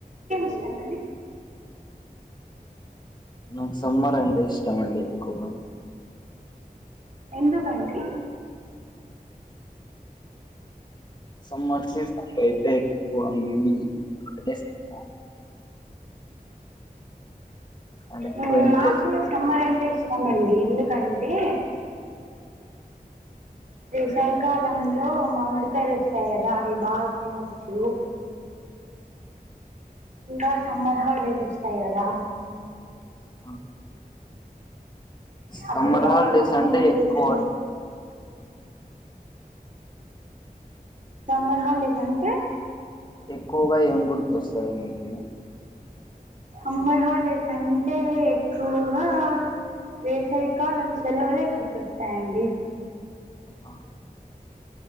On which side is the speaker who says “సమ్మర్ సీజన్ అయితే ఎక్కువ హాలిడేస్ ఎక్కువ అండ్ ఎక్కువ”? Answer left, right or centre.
Left